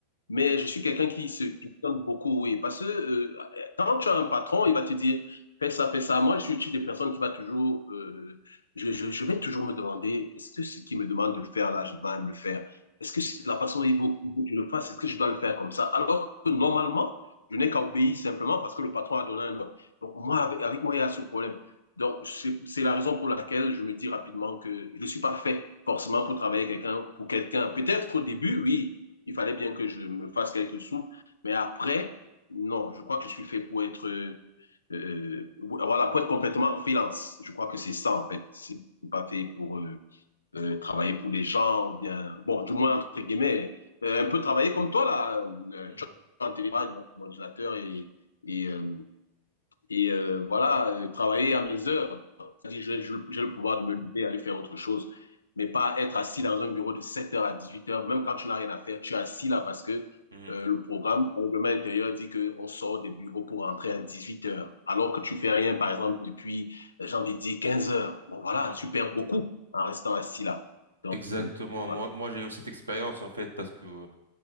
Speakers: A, on the left (about 75°); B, on the right (about 75°).
A: mais je suis
B: Mm,
A: quelqu'un qui se questionne beaucoup, oui. Parce que euh, quand tu as un patron, il va te dire, fais ça, fais ça. Moi, je suis le type de personne qui va toujours, euh, je, je, je vais toujours me demander, est-ce que ce qu'il me demande de faire là, je vais me le faire? Est-ce que la façon dont il veut que tu le fasses, est-ce que je dois le faire comme ça? Alors que normalement, je n'ai qu'à obéir simplement parce que le patron a donné un ordre. Donc, moi, avec, avec moi, il y a ce problème. Donc, c'est c'est la raison pour laquelle je me dis rapidement que je ne suis pas fait forcément pour travailler quelqu'un, pour quelqu'un. Peut-être au début, oui, il fallait bien que je me fasse quelques sous, mais après, non, je crois que je suis fait pour être, euh, euh, voilà, pour être complètement en freelance. Je crois que
B: mm,
A: c'est ça, en fait. C'est pas fait pour, euh, euh, travailler pour des gens, ou bien, bon, du moins, entre guillemets, euh, un peu travailler comme toi, là, euh,
B: mm,
A: tu es en télétravail, donc, sur et, et euh, et euh, voilà, euh, travailler à mes heures. C'est-à-dire,
B: mm,
A: j'ai j'ai le pouvoir de me lever, aller faire autre chose, mais pas être assis dans un bureau de 7h à 18h, même quand tu n'as rien à faire, tu es assis là parce que
B: mm, mm,
A: euh, le programme, le règlement intérieur dit qu'on sort des bureaux pour rentrer à 18h, alors que tu fais rien, par exemple, depuis, euh, j'ai envie de dire, 15h. Bon, voilà,
B: mm.
A: tu perds beaucoup en restant assis là. Donc,
B: Exactement.
A: euh, voilà.
B: Moi, moi, j'ai eu cette expérience en fait parce que